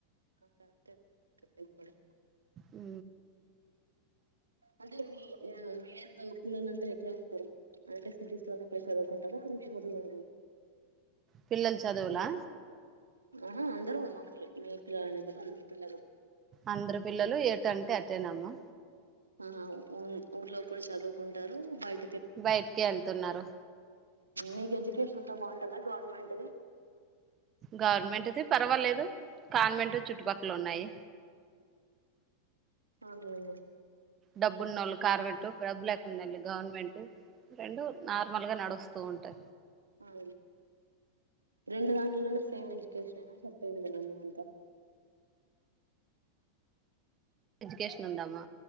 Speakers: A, on the right; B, on the right.
A: కరెక్టేదండిే చెప్పింది కూడా
B: ఉ
A: అంటే మీ వ పిల్లలంతా ఎట్లా ఉంటారు అంటే సిటీస్ లో పై చదువుకుంటారా మీ ఊర్లో
B: పిల్లలు చదువులా
A: ఆహ అర మమ్మల్లు మీ పిల్లలనే కదా అందరు పిల్లలు
B: అందరు పిల్లలు ఏటంటే అటేనమ్మా
A: ఆహాఊ ఊర్లో కూడా చదువుకుంటారు బయట
B: బయటికి వెళ్తున్నారు
A: మీకు ఎడ్యుకేషన్ అంతా బాగుంటందా గవర్నమెంట్దిి
B: గవర్నమెంట్ అది పర్వాలేదు కాన్వెంట్ చుట్టుపక్కల ఉన్నాయి
A: అను
B: డబ్బు ఉన్న వాళ్ళు కార్పెట్ డబ్బు లేకు ఉండళ్ి గవర్నమెంట్ రెండు నార్మల్ గా నడుస్తుంది తూంటే
A: అ రెం దాడు సేమ్ ఎజ్యుకేషన్నా చెప్పే విదమ్మా అంత
B: ఎడ్యుకేషన్ ఉందామా